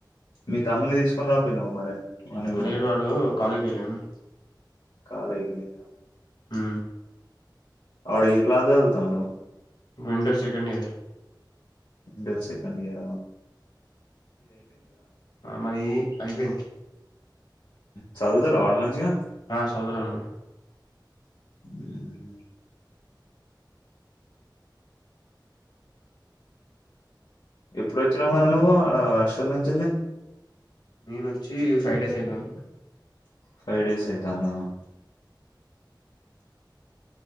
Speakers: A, on the left; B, on the left.
A: మీ తమ్ముని తీసుకొని రా పోయి ను్వు మరి వాన్ని కూడా
B: లేడు వాడు కాలేకి వెళ్ళిను
A: కాాల వకుదన్నా
B: ఆ
A: అడ ఏ క్లా చదుతుడు
B: ఇంటర్ సెకండ్ ఇయర్
A: రెడుర్స కండగార
B: అన్న ఈ అయిపోయి
A: చదువుతారా వాడు మంచిగా
B: ఆ సౌదరన్నా
A: హ్మ్ ఎప్పుడు వచ్చినా మరి నువ్వు అష్టోల్ నుంచిల్
B: నేను వచ్చి ఫైవ్ డేస్ అయితాను
A: ఫైవ్ డేస్ అయితాందా